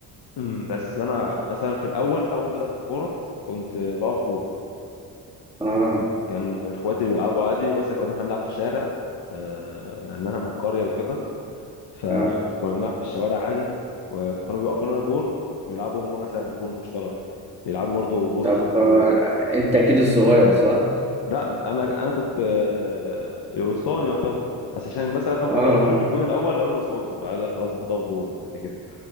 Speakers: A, on the left; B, in the centre.
A: امم بس انا مثلا في الاول اول ما بدات الكوره كنت بقف جول
B: آه
A: كان اخواتي بيلعبوا عادي بس كنا إحنا بنلعب في شارع آه لان انا من قريه وكده فكنا
B: آه
A: بنلعب في الشوارع عادي و- فكانوا بيوقفونا جون ويلعبوا هم مثلا جون مشترك يلعبوا برضو جون
B: طب
A: قصاد جون
B: آه أنت أكيد الصغير صح؟
A: لا انا انا كنت آه، اسطواني يعتبر بس عشان مثلا هم
B: آه
A: جربوني في الجون الاول لقوني بصد فقال لك خلاص انت تقف جون بعد كده